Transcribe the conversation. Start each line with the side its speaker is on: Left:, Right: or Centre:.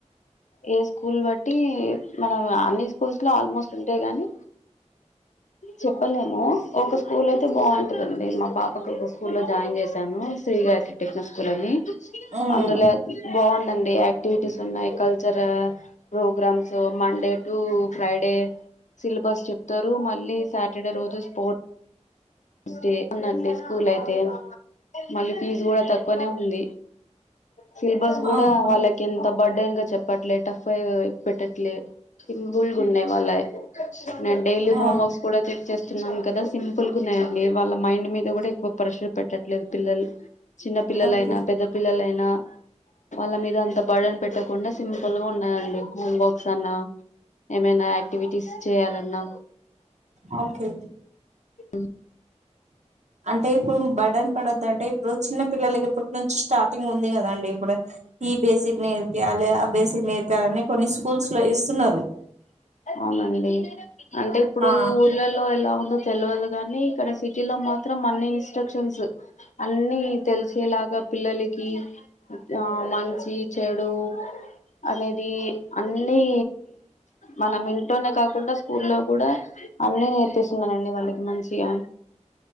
Left: ఏ స్కూల్ బట్టి మనం అన్ని స్కూల్స్ లో ఆల్మోస్ట్ ఉంటయి గాని చెప్పలేము ఒక స్కూల్ అయితే బావుంటదండి మా పాపకు ఒక స్కూల్ లో జాయిన్ చేశాను శ్రీగాయిత్రి టెక్నో స్కూల్ అని
Right: మ్మ్
Left: అందులో బావుందండి యాక్టివిటీస్ ఉన్నాయ్ cultural programmes Monday to Friday syllabus చెప్తారు మళ్ ళ్ళి సాటర్డ రోజు స్పోర్ట్ ఉస్ డే ఉందండి స్కూల్ అయితే మళ్ళీ ఫీజు గూడా తక్కువనే ఉంది సిలబస్ గూడా
Right: ఆహా
Left: వాళ్ళక్ కెంత బర్డేన్గా చెప్పట్లే టఫ్ఫ ఇ పెట్టట్లే సింపుల్ గున్నయ్ వాళ్ళయ్ నేన్ డైలీ
Right: ఆ
Left: హోమ్వర్క్స్ కూడా చెక్ చేస్తున్నాం కదా సింపుల్ గున్నాయండి వాళ్ళ మైండ్ మీద కూడా ఎక్కువ ప్రెషర్ పెట్టట్లేదు పిల్లల్ చిన్న పిల్లలైనా
Right: ఓకే
Left: పెద్దప్ పిల్లలయినా వాళ్ళ మీద అంత బడన్ పెట్టకుండా సింపుల్ గున్నాయండి హోంవర్క్స్ అన్నా ఏమైనా యాక్టివిటీస్ చేయాలన్నా
Right: ఆల్ కే
Left: ఉం
Right: అంటే ఇప్పుడు బర్డన్ పడొద్దంటే ఇప్పుడు చిన్న పిల్లలకిప్పటి నుంచి స్టార్టింగ్ ఉంది కదాండి ఇప్పుడు ఈ బేసిక్ నేర్పియాలె ఆ బేసిక్ నేర్పేయాలని కొన్ని స్కూల్స్ లో ఇస్తున్నారు
Left: అవునండి అంటే ఇప్పుడు
Right: ఆ
Left: ఉర్ ఇల్లల్లో ఎలా ఉందో తెల్వదు గాని ఇక్కడ సిటీలో మాత్రం అన్ని ఇన్స్ట్రక్షన్స్ అన్ని తెలిసేలాగా పిల్లలకి ఆ మంచి చెడు అనేది అన్ని మనం ఇంట్లోనే కాకుండా స్కూల్లో కూడా అన్ని నేర్పిస్తున్నారండి వాళ్ళకి మంచిగా